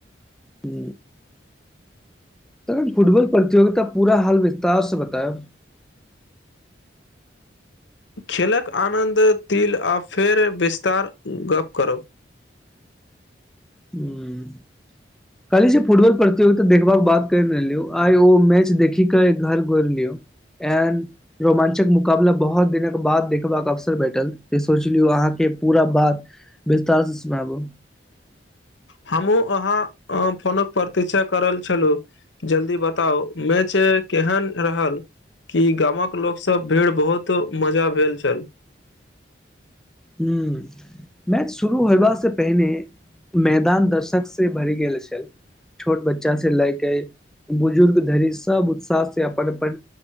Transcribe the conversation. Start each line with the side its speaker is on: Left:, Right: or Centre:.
Centre: हू त फुटबॉल प्रतियगित पूरा हाल विस्तार से बताब
Left: खेलक आनन्द तिल आ फेर विस्तार गप करब
Centre: हू <inaudible> कहली जे फुटबॉल प्रतियोगिता देखबाक बात कर रहलिय आइ ओ मैच देखी के घर घोर लियो एन रोमाञ्चक मुकाबला बहुत दिनक बाद देखबाक अवसर बेठल तऽ सोचलियौ अहाँके पूरा बात बिस्तारसे सुनाबो
Left: हमहुँ अहाँ फोनक प्रतीक्षा कऽ रहल छलु जल्दी बताउ मेच केहन रहल की गामक लोक सब भीड़ बहुत मजा भेल छल
Centre: हूंम्म मैच शुरू होयबा से पहिने मैदान दर्शक से भरि गेल छल छोट बच्चा से लएके बुजुर्ग धरि सब उत्साह से अपन अपन